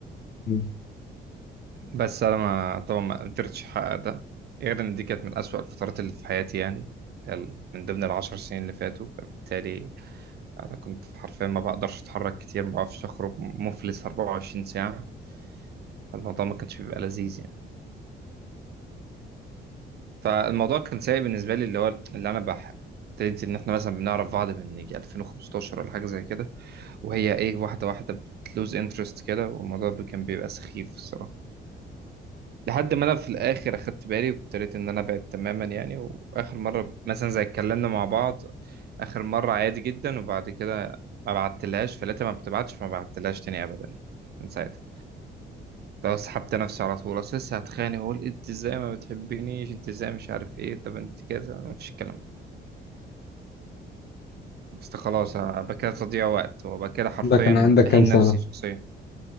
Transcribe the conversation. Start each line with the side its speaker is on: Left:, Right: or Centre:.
Left: مم.
Right: بس أنا ما طبعا ما قدرتش أحقق ده غير إن دي كانت من أسوأ الفترات اللي في حياتي يعني من ضمن العشر سنين اللي فاتوا فبالتالي انا كنت حرفيا ما بقدرش اتحرك كتير ما بعرفش اخرج مفلس 24 ساعه فالموضوع ما كانش بيبقى لذيذ يعني فالموضوع كان سيء بالنسبه لي اللي هو اللي انا بح ابتديت ان احنا مثلا بنعرف بعض من يجي 2015 ولا حاجه زي كده وهي ايه واحده واحده بتلوز انترست كده والموضوع بي- كان بيبقى سخيف الصراحه لحد ما انا في الاخر اخدت بالي وابتديت ان انا ابعد تماما يعني واخر مره مثلا زي اتكلمنا مع بعض اخر مره عادي جدا وبعد كده ما بعتلهاش فلقيتها ما بتبعتش فما بعتلهاش تاني ابدا يعني من ساعتها لو سحبت نفسي على طول اصل لسه هتخانق واقول انت ازاي ما بتحبنيش انت ازاي مش عارف ايه طب انت كذا ما فيش الكلام ده اصل خلاص أبقى كده تضييع وقت وأبقى كده حرفيا
Left: ده كان عندك
Right: بهين
Left: كام سنة؟
Right: نفسي شخصيا